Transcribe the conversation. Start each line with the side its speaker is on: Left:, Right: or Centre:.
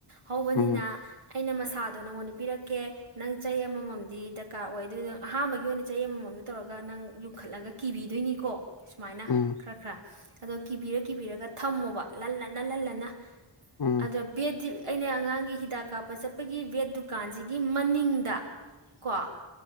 Right: ꯍꯧꯕꯅꯤꯅ
Left: ꯎꯝ
Right: ꯑꯩꯅ ꯃꯁꯥꯗꯣ ꯅꯪꯉꯣꯟꯗ ꯄꯤꯔꯛꯀꯦ ꯅꯪ ꯆꯩ ꯑꯃꯃꯝꯗꯤ ꯗꯔꯀꯥꯔ ꯑꯣꯏ ꯑꯗꯨꯗꯣ ꯑꯍꯥꯥꯟꯕꯒꯤ ꯑꯣꯏꯅ ꯆꯩ ꯑꯃꯃꯝꯗ ꯇꯧꯔꯒ ꯅꯪ ꯌꯨꯡꯈꯠꯂꯒ ꯀꯤꯕꯤꯗꯣꯏꯅꯤꯀꯣ ꯁꯨꯃꯥꯏꯅ
Left: ꯎꯝ
Right: ꯈꯔ ꯈꯔ ꯑꯗꯣ ꯀꯤꯕꯤꯔ ꯀꯤꯕꯤꯔꯒ ꯊꯝꯃꯣꯕ ꯂꯜꯂꯟꯅ ꯂꯜꯂꯟꯅ
Left: ꯎꯝ
Right: ꯑꯗꯨ ꯕꯦꯠ ꯇꯤ ꯑꯩꯅ ꯑꯉꯥꯡꯒꯤ ꯍꯤꯗꯥꯛ ꯀꯥꯞꯄ ꯆꯠꯄꯒꯤ ꯕꯦꯠ ꯗꯨꯀꯥꯟꯁꯤꯒꯤ ꯃꯅꯤꯡꯗ ꯀꯣ